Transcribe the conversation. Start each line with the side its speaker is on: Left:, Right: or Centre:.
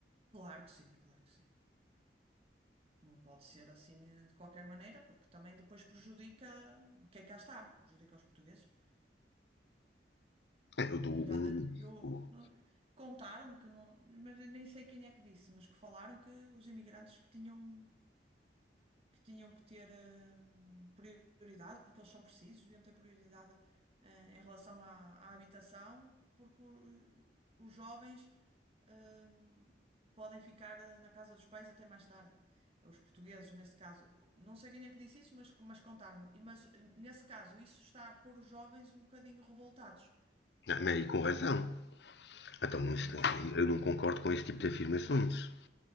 Right: Claro que sim, claro que sim. Não pode ser assim eh, de qualquer maneira, porque também depois prejudica quem cá está, prejudica os portugueses.
Left: É, Eu dou
Right: Ainda,
Left: um,
Right: eu,
Left: o-
Right: não- contaram-me que não, mas eu nem sei quem é que disse, mas que falaram que os imigrantes que tinham que tinham que ter hum, prioridade, porque eles são precisos, deviam ter prioridade eh, em relação à, à habitação, porque o- os jovens hum, podem ficar eh, na casa dos pais até mais tarde. Os portugueses, nesse caso, não sei quem é que disse isso, mas, mas contaram-me. E- Mas, eh, nesse caso, isso está a pôr os jovens um bocadinho revoltados.
Left: não, mas e com razão. Ah, Então,
Right: Ah, sim.
Left: eu não concordo com esse tipo de afirmações.